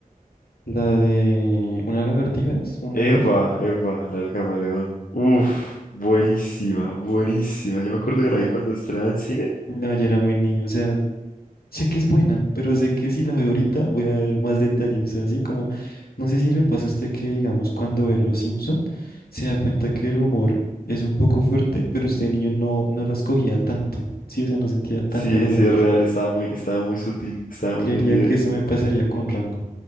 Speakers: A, on the left (about 85°); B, on the left (about 65°).
A: La de una lagartija es, una
B: Eva,
A: iguana.
B: Eva, la del camaleón. Uf, buenísima, buenísima. Yo me acuerdo que la vi cuando estrenaba en cine.
A: No, yo era muy niño, o sea. Sé que es buena, pero sé que si la veo ahorita voy a ver más detalles. O sea, así como, no sé si le pasa a usted que, digamos, cuando ve Los Simpson, se da cuenta que el humor es un poco fuerte, pero usted de niño no, no las cogía tanto. Sí, o sea, no sentía tantas
B: Sí,
A: las
B: sí,
A: bromas.
B: es real, estaba muy, estaba muy sutil, estaba muy
A: Creería
B: metida
A: que
B: ahí.
A: eso me pasaría con Rango.